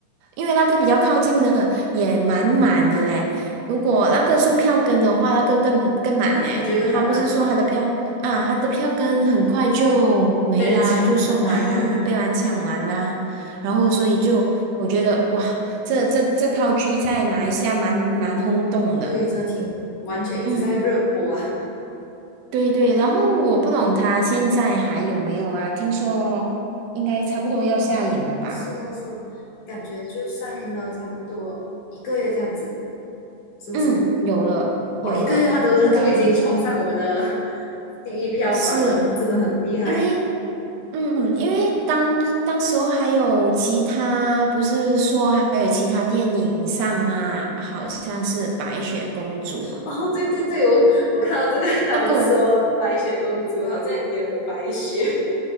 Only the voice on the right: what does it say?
因为那个比较靠近的也蛮满的嘞。如果那个送票根的话，那个更更满嘞。
他不是说他的票啊，他的票根很快就没啦，
就送完啦，
被完抢完啦。然后所以就我觉得哇，这这这套剧在马来西亚蛮蛮轰动的。
嗯，对对。然后我不懂他现在还有没有啊？听说应该差不多要下映了吧？
嗯，有了有了，
应该有。
是
因为嗯，因为当当时候还有其他，不是说还有其他电影上嘛，好像是《白雪公主》
那个我，